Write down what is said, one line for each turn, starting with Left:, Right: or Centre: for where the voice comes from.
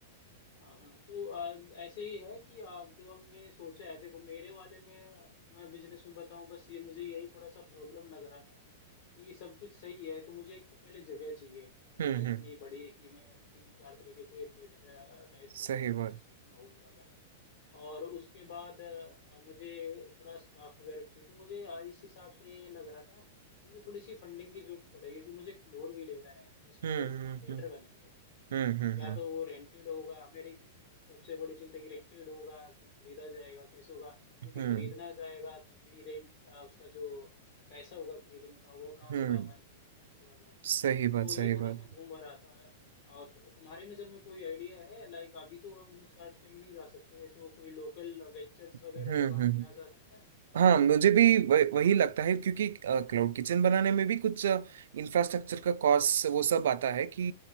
Left: हाँ हाँ तो आ, ऐसे ही है कि आप जो हमने सोचा है देखो मेरे वाले में आ, मैं बिजनेस में बताऊं बस ये मुझे यही थोड़ा सा प्रॉब्लम लग रहा था कि सब कुछ सही है तो मुझे एक तो पहले जगह चाहिए मतलब
Right: हम्म हम्म
Left: इतनी बड़ी कि मैं तीन चार तरीके के थिएटर टाइप का
Right: सही
Left: मैं बना
Right: बात
Left: सकूं उसमें हॉल वगैरह और उसके बाद आ, मुझे थोड़ा स्टाफ वगैरह भी चाहिए तो मुझे आ, इस हिसाब से ये लग रहा था मुझे थोड़ी सी फंडिंग की जरूरत पड़ेगी क्योंकि मुझे एक फ्लोर भी लेना है जिस
Right: हम्म
Left: पे थिएटर
Right: हम्म
Left: बनेंगे
Right: हम्म हम्म
Left: या
Right: हम्म
Left: तो वो रेंटेड होगा मेरी सबसे बड़ी चिंता कि रेंटेड होगा कि खरीदा जाएगा कैसे होगा यदि
Right: हम्म
Left: खरीदना जाएगा तभी रेंट उसका जो पैसा होगा खरीदने का वो कहाँ
Right: हम्म,
Left: से
Right: हम्म,
Left: लाऊंगा इन्वेस्टमेंट वगैरह
Right: सही
Left: तो
Right: बात
Left: ये
Right: सही
Left: थोड़ा
Right: बात
Left: सा घूम रहा था और त- तुम्हारी नज़र में कोई आइडिया है लाइक अभी तो हम शार्क टैंक नहीं जा सकते तो कोई लोकल वेंचर्स
Right: हम्म
Left: वगैरह के
Right: हम्म
Left: पास
Right: हम्म।
Left: जाया जा सकता है
Right: हाँ मुझे भी वह, वही लगता है क्योंकि क्लाउड किचन बनाने में भी कुछ इंफ्रास्ट्रक्चर का कॉस्ट वो सब आता है कि